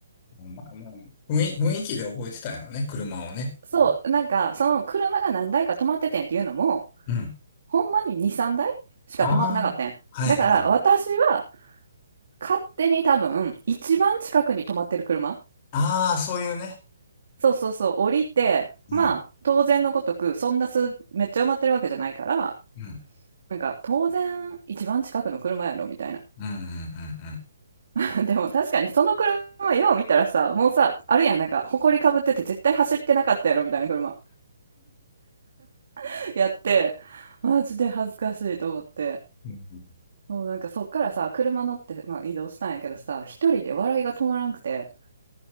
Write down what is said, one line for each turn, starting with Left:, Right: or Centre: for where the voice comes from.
Left: まあまあ、雰囲雰囲気で覚えてたんやろね。車をね。
Right: そう、
Left: うん。
Right: なんか、その車が何台か止まっててんっていうのも、
Left: うん。
Right: ほんまに2、3台しか止まってなかったん。
Left: ああ。はいはい。
Right: だから私は勝手に多分一番近くに止まってる車。
Left: ああ、そういうね。
Right: そうそうそう、降りて、
Left: うん。
Right: まあ当然のごとくそんなすめっちゃ埋まってるわけじゃないから、
Left: うん。
Right: なんか当然一番近くの車やろみたいな。
Left: うんうん
Right: <laughs> でも確かにその車よう見たらさ、もうさ、あるやん、なんか埃かぶってて絶対走ってなかったやろみたいな車 <laughs> やって、マジで恥ずかしいと思って。
Left: うんうん。
Right: もうなんかそっからさ、車乗って、まあ、移動したんやけどさ、一人で笑いが止まらんくて、